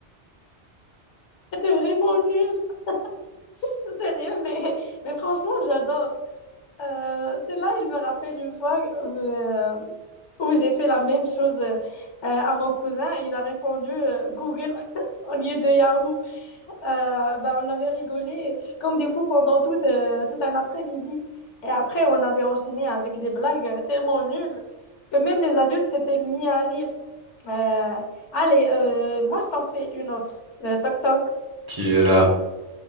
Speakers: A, on the left; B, on the right.
A: C'était vraiment nul. <laughs> Sérieux, mais, mais franchement, j'adore. Euh, celle-là, il me rappelle une fois euh, où j'ai fait la même chose euh, à mon cousin. Il a répondu euh, Google <laughs> au lieu de Yahoo. Euh, bah, on avait rigolé comme des fous pendant tout, euh, tout un après-midi. Et après, on avait enchaîné avec des blagues euh, tellement nulles que même les adultes s'étaient mis à rire. Euh, allez, euh, moi, je t'en fais une autre. Euh, toc, toc.
B: Qui est là?